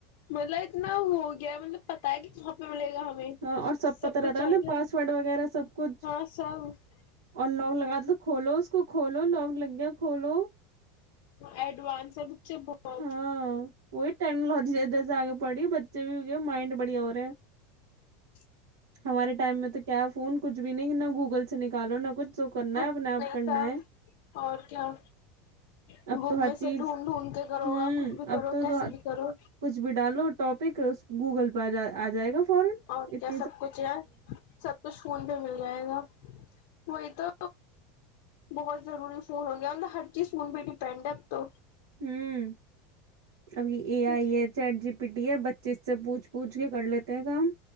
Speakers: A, on the left; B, on the right.
A: مطلب اتنا ہو گیا مطلب پتا ہے کہ کہاں پہ ملے گا ہمیں
B: ہاں اور سب پت
A: کچھ
B: رہتا
A: آ
B: انیں
A: گیا
B: پاسورڈ وغیرہ سب کچھ
A: ہاں سب
B: اور لاک لگا د تو کھولو اس کو کھولو لونگ لنگیا کھولو
A: ایڈانس اھ بہت
B: ہاں وہی ٹیکنالوجی اد سے آگے پڑھی بچے بھی ہوگئے مائنڈ بڑیا ہو رہا ہیں
A: ج
B: ہمارے ٹائم میں تو کیا ہے فون کچھ بھی نہیں نا گوگل نکالو نہ کچھ تو کرنا
A: کچھ
B: ہے اپنے
A: بھی
B: آپ
A: نہیں
B: کرنا
A: تھا
B: ہے
A: اور کیا بک
B: اب تو ہر
A: میں
B: چیز
A: سے ڈھونڈ ڈھونڈ کے کرو
B: ہ
A: گا کچھ بھی
B: اب
A: کرو
B: تو
A: کیسے بھی کرو
B: کچھ بھی ڈالو ٹاپک اس گوگل پہ جا آ جائے گا فوران
A: اور
B: اتنا
A: کیا سب کچھ سب کچھ خون پہ مل جائے گا وہی تو بہت ضروری فون ہو گیا مط ہر چیز فون پہ ڈیپینڈ ہے اب تو
B: ہوں ابھی
A: تو
B: ا آئی ہے چٹ جی پیٹی ہے بچے اس سے پوچھ پوچھ کے کر لیتے ہیں کام